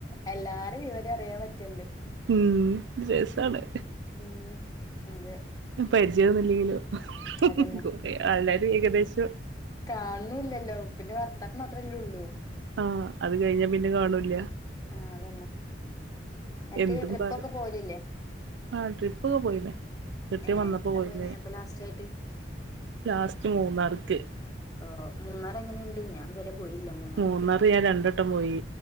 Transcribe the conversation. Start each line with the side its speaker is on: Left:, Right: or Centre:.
Left: എല്ലാരും വിവരം അറിയാൻ പറ്റണ്ട്
Right: ഉം രസാണ്
Left: ഉം അതെ
Right: പരിചയ ഒന്നുമില്ലെങ്കിലോ
Left: അതന്നെ
Right: കുറെ അല്ലാരും ഏകദേശം
Left: കാണുണില്ലല്ലോ പിന്നെ വർത്താനം മാത്രമല്ലേ ഉള്ളൂ
Right: ആഹ് അത് കഴിഞ്ഞാ പിന്നെ കാണൂല്ല
Left: ആ അതന്നെ ന്നട്ട്
Right: എന്തും
Left: ട്രിപ്പ്
Right: പറ
Left: ഒക്കെ പോവലില്ലേ
Right: ആഹ് ട്രിപ്പൊക്കെ പോയിന്ന് കെട്ടിയോൻ
Left: ഏഹ്
Right: വന്നപ്പോ
Left: എങ്ങട്ടാ
Right: പോയിന്നേ
Left: പോയിനെ ഇപ്പൊ ലാസ്റ്റ് ആയിട്ട്
Right: ലാസ്റ്റ് മൂന്നാർക്ക്
Left: ഓ മൂന്നാർ എങ്ങനെയുണ്ട് ഞാൻ ഇതുവരെ പോയില്ല മൂന്നാർക്ക്
Right: മൂന്നാറ് ഞാൻ രണ്ടു വട്ടം പോയി